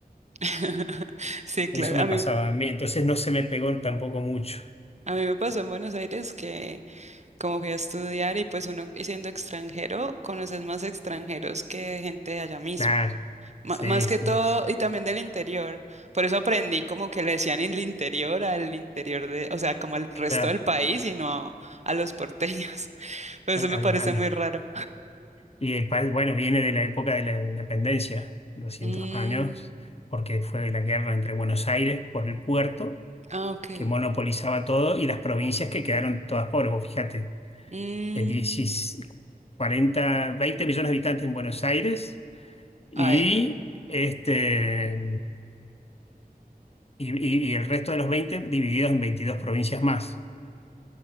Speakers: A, on the right; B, on the left.
A: <laughs> Sí, claro.
B: Eso me
A: A
B: pasaba
A: mí,
B: a mí, entonces no se me pegó tampoco mucho.
A: a mí me pasó en Buenos Aires que como fui a estudiar y pues uno y siendo extranjero, conoces más extranjeros que gente de allá mismo.
B: Claro,
A: Ma-
B: sí,
A: Más que
B: sí,
A: todo,
B: es
A: y también del interior. Por eso aprendí como que le decían el interior al interior de, o sea, como al resto
B: claro.
A: del país y no a los porteños. <laughs> Por eso
B: Al-
A: me
B: al-
A: parece
B: al-
A: muy raro.
B: Y el país, bueno, viene de la época de la independencia, 200
A: Mm,
B: años, porque fue la guerra entre Buenos Aires por el puerto,
A: ah, ok.
B: que monopolizaba todo, y las provincias que quedaron todas pobres. Vos fíjate,
A: Mm,
B: eh, 16 40, 20 millones de habitantes en Buenos Aires y,
A: ay,
B: este, y, y- y el resto de los 20 divididos en 22 provincias más.